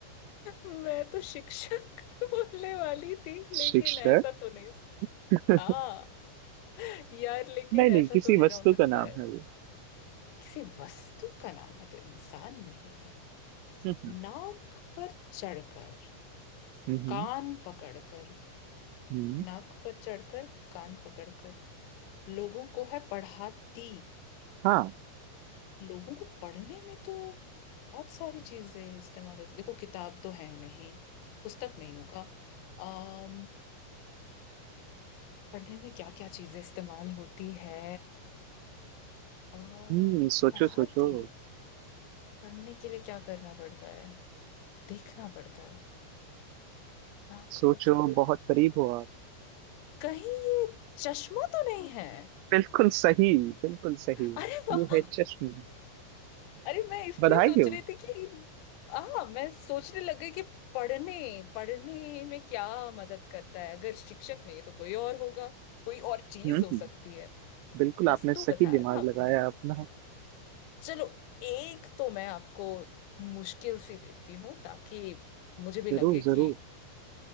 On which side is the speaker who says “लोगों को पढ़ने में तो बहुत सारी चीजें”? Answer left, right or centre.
Left